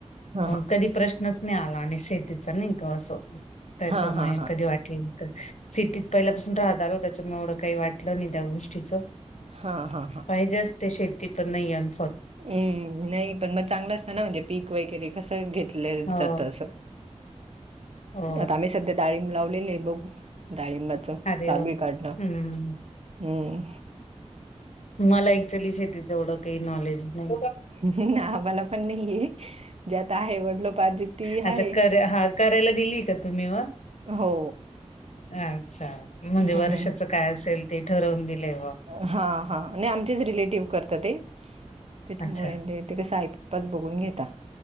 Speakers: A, on the right; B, on the left.
A: हां, हां.
B: कधी प्रश्नच नाही आला आणि शेतीचा नाही, का असं त्याचमुळे
A: हां, हां, हां.
B: कधी वाटे सिटीत पहिल्यापासून राहतल आलो त्याच्यामुळे एवढं काही वाटलं नाही त्या गोष्टीचं.
A: हा, हा, हा.
B: पाहिजे असते, शेती पण नाही आहे.
A: हम्म नाही पण मग चांगलं, असत ना म्हणजे पीक वगैरे कसं घेतलं
B: हो
A: जात असं.
B: हो
A: आता आम्ही सध्या डाळींब लावलेली आहे बघू. डाळिंबाच
B: अरे
A: चालूय
B: वा!
A: काढणं
B: हम्म.
A: हम्म.
B: मला ऍक्च्युली शेतीच एवढं काही नॉलेज नाही.
A: आम्हाला पण नाहीे आहे. वडिलोपार्जित ती आहे.
B: अच्छा क, हा करायला दिली का तुम्ही मग.
A: हो
B: अच्छा म्हणजे,
A: हं.
B: वर्षाच काय असेल, ते ठरवून दिलेय ब
A: हा, हा, आणि आमचेच रिलेटिव्ह करतात. ते त्याच्यामुळे
B: अच्छा.
A: ते क साई च बघून घेता